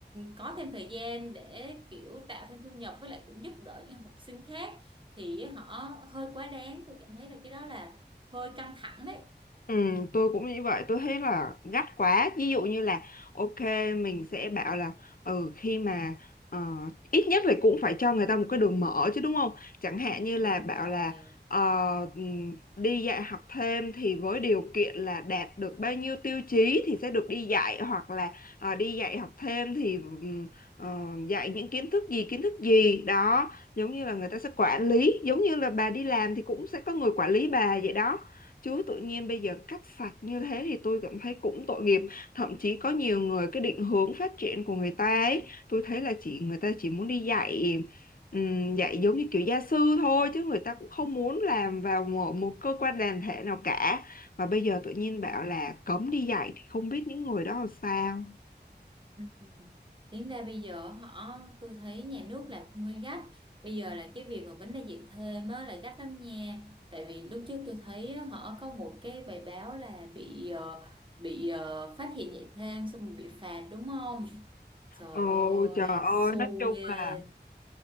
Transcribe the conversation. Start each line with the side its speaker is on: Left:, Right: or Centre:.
Right: có thêm thời gian để kiểu tạo thêm thu nhập với lại cũng giúp đỡ những học sinh khác thì họ hơi quá đáng tôi cảm thấy là cái đó là hơi căng thẳng đấy
Left: Ừ, tôi cũng như vậy tôi thấy là gắt quá ví dụ như là ok mình sẽ bảo là ừ khi mà ờ, ít nhất là cũng phải cho người ta một cái đường mở chứ đúng không chẳng hạn như
Right: đúng
Left: là bảo
Right: rồi
Left: là ờ, ừm, đi dạy học thêm thì với điều kiện là đạt được bao nhiêu tiêu chí thì sẽ được đi dạy hoặc là ờ, đi dạy học thêm thì ừm, ờ, dạy những kiến thức gì kiến thức gì đó giống như là người ta sẽ quản lý giống như là bà đi làm thì cũng sẽ có người quản lý bà vậy đó Chứ tự nhiên bây giờ cắt sạch như thế thì tôi cảm thấy cũng tội nghiệp. Thậm chí có nhiều người cái định hướng phát triển của người ta ấy, tôi thấy là chỉ người ta chỉ muốn đi dạy ừm, dạy giống như kiểu gia sư thôi chứ người ta cũng không muốn làm vào một, một cơ quan đoàn thể nào cả. Và bây giờ tự nhiên bảo là cấm đi dạy thì không biết những người đó làm sao.
Right: Ừ. Tính ra bây giờ họ tôi thấy nhà nước làm cũng hơi gắt bây giờ là cái việc mà vấn đề dạy thêm á, là gắt lắm nha tại vì lúc trước tôi thấy á, họ có một cái bài báo là bị ờ, bị ờ, phát hiện dạy thêm xong rồi bị phạt đúng không trời
Left: Ồ
Right: ơi
Left: trời ơi,
Right: xu
Left: nói chung
Right: ghê
Left: là